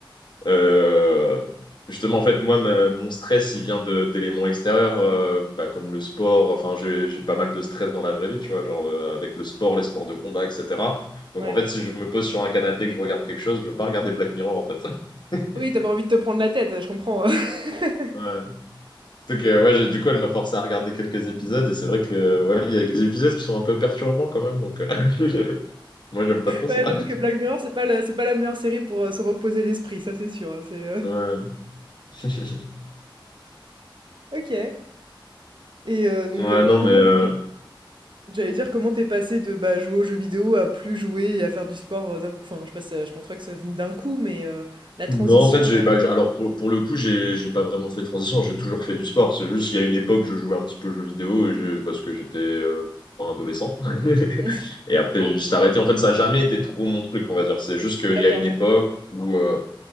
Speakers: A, on the left; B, on the right.
A: Euh, justement, en fait, moi, ma- mon stress, il vient de- d'éléments extérieurs, euh, bah, comme le sport. Enfin, j'ai, j'ai pas mal de stress dans la vraie vie, tu vois, genre euh, avec le sport, les sports de combat, etc. Donc,
B: Ouais.
A: en fait, si je me pose sur un canapé et que je regarde quelque chose, je veux pas regarder Black Mirror, en fait. <laughs>
B: Oui, t'as pas envie de te prendre la tête, je comprends. <laughs>
A: Ouais. Donc, euh, ouais, j'ai- du coup, elle m'a forcé à regarder quelques épisodes. Et c'est vrai que, ouais, il y a des épisodes qui sont un peu perturbants quand même. Donc, euh, <laughs> moi, j'aime pas trop ça.
B: Ouais, j'avoue que Black Mirror, c'est pas la, c'est pas la meilleure série pour euh, se reposer l'esprit, ça c'est sûr. hein, c'est, euh,
A: Ouais. <laughs>
B: <laughs> Ok. Et euh, donc,
A: Ouais,
B: euh,
A: non,
B: comment,
A: mais euh,
B: J'allais dire comment t'es passé de, bah, jouer aux jeux vidéo à plus jouer et à faire du sport, heu, d'un coup enfin, je sais pas si ça je pense pas que ça venu d'un coup, mais heu, la
A: non,
B: transition,
A: en fait, j'ai, bah, j'ai- alors pour, pour le coup, j'ai, j'ai pas vraiment fait transition, j'ai toujours fait du sport. C'est juste qu'il y a une époque, je jouais un petit peu aux jeux vidéo et je, parce que j'étais euh, un adolescent. <laughs>
B: heu
A: Et après, j'ai juste arrêté. En fait, ça a jamais été trop mon truc, on va dire. C'est juste qu'il
B: <laughs> d'accord.
A: y a une époque où, euh,